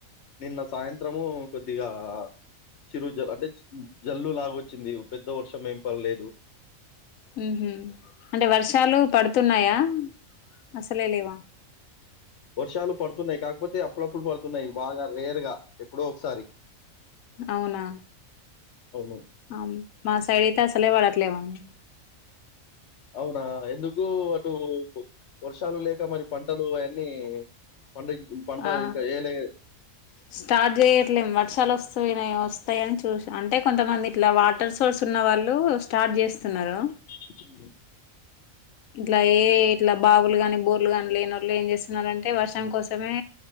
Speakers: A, on the left (about 60°); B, on the left (about 80°).
A: నిన్న సాయంత్రము కొద్దిగా చిరు జల్ అంటే జల్లు లాగొచ్చింది పెద్ద వర్షం ఏం పడలేదు
B: ఉహు అంటే వర్షాలు పడుతున్నాయా అసలే లేవా
A: వర్షాలు పడుతున్నాయి కాకపోతే అప్పుడప్పుడు పడుతున్నాయి బాగా రేర్ గా ఎప్పుడో ఒకసారి
B: అవునా
A: అవును
B: ఆమ్ మా సైడ్ అయితే అసలే వాడట్లేవండి
A: అవునా ఎందుకు అటు వర్షాలు లేక మరి పంటలు అయన్నీ పండి పంట పంట
B: ఆ
A: ఇంకా ఏయ్యాలే
B: స్టార్ట్ చేయట్లేం వర్షాలు వస్తా వస్తాయని చూసి అంటే కొంతమంది ఇట్లా వాటర్ సో సోర్స్ ఉన్న వాళ్ళు స్టార్ట్ చేస్తున్నారు
A: హ
B: ఇట్లా ఏ ఇట్లా బావులు గాని బోర్లు కానీ లేనోళ్లు ఏం చేస్తున్నారంటే వర్షం కోసమే